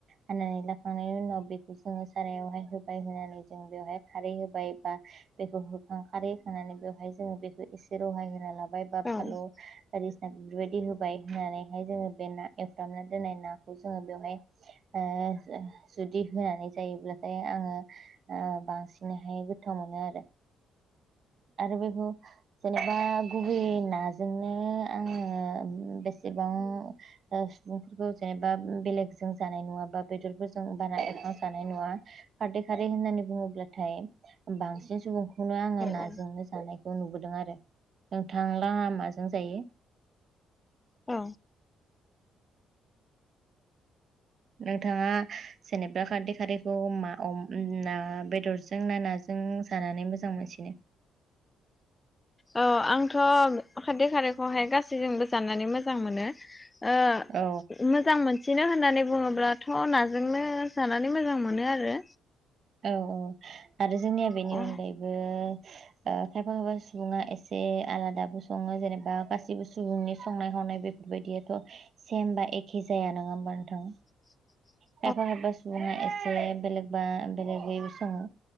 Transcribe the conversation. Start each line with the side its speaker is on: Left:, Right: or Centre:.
Right: हानानै लाखांनायनि उनाव बेखौ जोङो सारायावहाय होबाय होनानै जों बेवहाय खारै होबाय बा बेखौ होखां खारै होखांनानै बेवहाय जोङो बेखौ एसे रहाय होना लाबाय बा
Left: औ
Right: फालौ बायदि <unintelligible> होबाय होनानैहाय जोङो बे ना एवफ्रामना दोननाय नाखौ जोङो बेवहाय ओ जो जुदि होनानै जायोब्लाथाय आङो ओ बांसिनैहाय गोथाव मोनो आरो आरो बेखौ जेनेबा गुबैयै नाजोंनो आङो बेसेबां ओ सुबुंफोरखौ जेनेबा बेलेगजों जानाय नुआ बा बेदरफोरजों बारा एवना जानाय नुआ खारदै खारै होननानै बुङोब्लाथाय बांसिन सुबुं खौनो आङो नाजोंनो
Left: औ
Right: जानायखौ नुबोदों आरो नोंथांलहा माजों जायो
Left: औ
Right: नोंथाङा जेनेबा खारदै खारदैखौ मा अम ना बेदरजों ना नाजों जानानै मोजां मोजां मोनसिनो
Left: औ आंथ खारदै खारैखौहाय गासैजोंबो जाननानै मोजां मोनो ओ
Right: औ
Left: मोजां मोन सिनो होननानै बुङोब्लाथ नाजोंनो जानानै मोजां मोनो आरो
Right: औ औ आरो जोंनिया बेनि
Left: औ
Right: अनगायैबो ओ खायफा खायफा सुबुङा एसे आलादाबो सङो जेनेबा गासिबो सुबुंनि संनाय खावनाय बे बायदियाथ सेम बा एखे जाया नङा होमबा नोंथां
Left: <inaudible>
Right: खायफा खायफा सुबुङा एसे बेलेगबा बेलेगै सङो